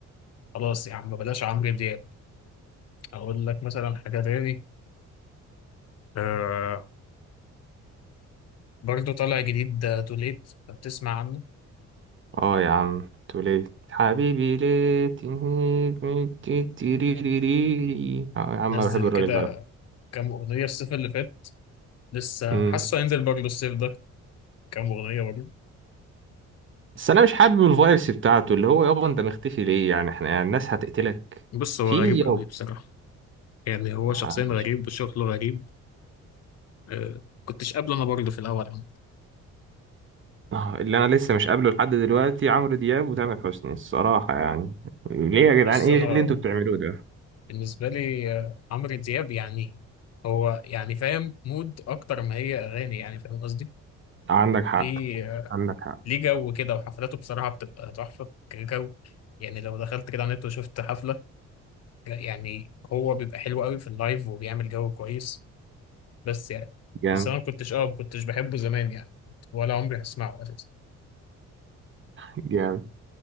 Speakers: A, on the left (about 55°); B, on the right (about 40°).
A: خلاص يا عم بلاش عمرو دياب اقول لك مثلا حاجه تاني آه، برضه طالع جديد توليت بتسمع عنه
B: اه يا عم توليت حبيبي ليه تهيج من تيتيريريري. اه يا عم
A: نزل
B: انا بحب الراجل
A: كده
B: ده على فكرة.
A: كام اغنيه الصيف اللي فات لسه
B: مم.
A: حاسه هينزل برضه الصيف ده كام اغنيه برضه
B: بس انا مش حابب الفايبس بتاعته اللي هو يابا انت مختفي ليه يعني احنا الناس هتقتلك
A: بص هو
B: في
A: غريب قوي بصراحة يعني هو
B: يابا
A: شخصيا غريب وشغله غريب آه، كنتش قابله انا برضه في الاول عمد.
B: آه، اللي انا لسه مش قابله لحد دلوقتي عمرو دياب وتامر حسني الصراحه يعني ليه يا جدعان
A: بص
B: ايه
A: انا
B: اللي انتوا بتعملوه ده
A: بالنسبه لي آه، عمرو دياب يعني هو يعني فاهم مود اكتر ما هي اغاني يعني فاهم قصدي
B: عندك حق
A: ليه آه،
B: عندك حق
A: ليه جو كده وحفلاته بصراحه بتبقى تحفه كجو يعني لو دخلت كده على النت وشفت حفله لا، يعني هو بيبقى حلو قوي في اللايف وبيعمل جو كويس بس يعني
B: جامد
A: بس انا ما كنتش اه ما كنتش بحبه زمان يعني ولا عمري هسمعه اساسا
B: جامد